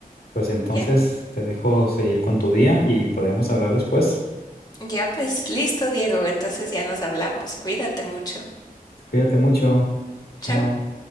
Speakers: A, on the left (about 80°); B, on the left (about 25°).
A: Pues entonces
B: Ya,
A: te dejo seguir con tu día y podemos hablar después.
B: ya pues, listo, Diego. Entonces ya nos hablamos. Cuídate mucho.
A: Cuídate mucho. Chao.
B: Chau.